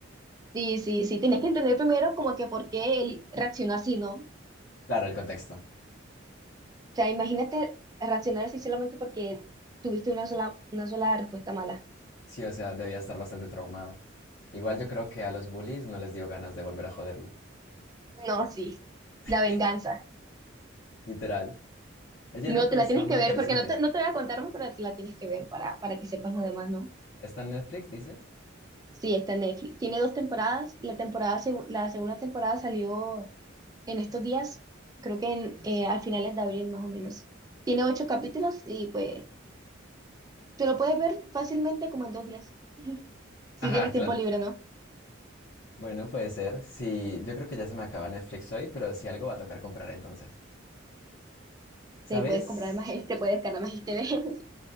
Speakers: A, on the right; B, on the left.
A: Sí, sí, sí, tienes que entender primero como que por qué él reaccionó así, ¿no? O
B: Claro, el contexto.
A: sea, imagínate reaccionar así solamente porque tuviste una sola, una sola respuesta mala.
B: Sí, o sea, debía estar bastante traumado. Igual yo creo que a los bullies no les dio ganas de volver a joderlo.
A: No, sí, la
B: <laughs>
A: venganza.
B: Literal. Oye,
A: No,
B: no, pero
A: te la
B: está
A: tienes
B: muy
A: que ver
B: interesante.
A: porque no te, no te voy a contar más, pero te la tienes que ver para, para que sepas lo demás, ¿no?
B: ¿Está en Netflix, dices?
A: Sí, está en Netflix. Tiene dos temporadas. La temporada, segu- la segunda temporada salió en estos días, creo que en, eh, al finales de abril más o menos. Tiene ocho capítulos y pues te lo puedes ver fácilmente como en dos días. Si
B: Ajá,
A: tienes
B: claro.
A: tiempo libre, ¿no?
B: Bueno, puede ser. Sí, yo creo que ya se me acaba Netflix hoy, pero si algo va a tocar comprar entonces. ¿Sabes?
A: Te puedes comprar más, <laughs> te puedes descargar más TV. <laughs>